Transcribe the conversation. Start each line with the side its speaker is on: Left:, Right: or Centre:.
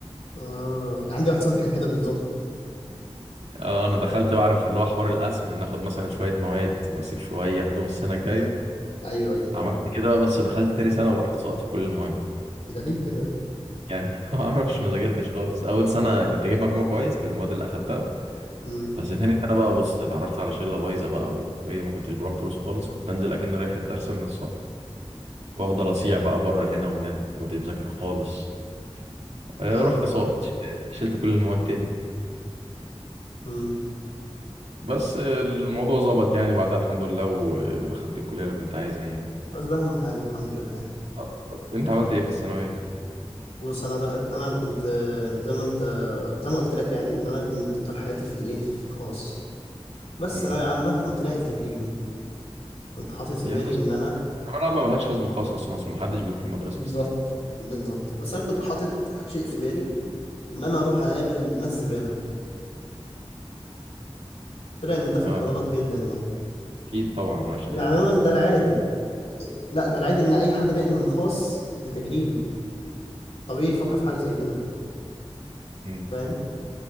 Left: اه عندي واحد صاحبي كان كده بالظبط
Right: اه انا دخلت بعرف اللي هو حوار القسم ان اخد مثلا شويه مواد واسيب شويه اخدهم السنه الجايه
Left: امم ايوه ايوه
Right: عملت كده بقى بس دخلت تاني سنه ورحت سقطت في كل المواد
Left: ده ليه كده
Right: يعني <laughs> ما اعرفش ما ذاكرتش خالص اول سنه كنت جايب مجموع كويس في المواد اللي اخدتها
Left: امم
Right: بس تاني سنه بقى بص اتعرفت على شله بايظه بقى وايه ما كنتش بروح دروس خالص كنت انزل اكن رايح الدرس من الصبح وافضل اصيع بقى بره هنا وهنا ما كنتش بذاكر خالص آه،
Left: لا
Right: رحت
Left: لا
Right: ساقط شلت كل المواد تاني
Left: امم
Right: بس آه، الموضوع ظبط يعني بعدها الحمد لله و- ودخلت الكليه اللي كنت عايزها يعني
Left: بس ده اهم حاجة الحمد لله
Right: آه، بالظبط. انت عملت ايه في الثانويه
Left: بص انا دخل... انا كنت آه، زي ما انت زي ما قلت لك يعني ان انا كنت طول حياتي في الايه في الخاص بس
Right: امم
Left: ثانويه عامه قمت ناقل تجريبي كنت حاطط في
Right: هي
Left: بالي
Right: خلاص
Left: ان
Right: الثانويه
Left: انا
Right: العامه ملهاش لازمه خالص اصلا اصل محدش بيروح المدرسه
Left: بالظبط
Right: في الثانويه العامه
Left: بالظبط بس انا كنت حاطط شيء في بالي ان انا اروح اقابل ناس زباله طلع ان ده فكره
Right: اه
Left: غلط جدا يعني
Right: اكيد طبعا ملهاش
Left: يعني
Right: اي علاقه
Left: انا قلت ده
Right: اكيد
Left: العادي لا ده العادي ان اي حد ناقل من خاص لتجريبي طبيعي يفكر في حاجه زي كده
Right: امم
Left: فاهم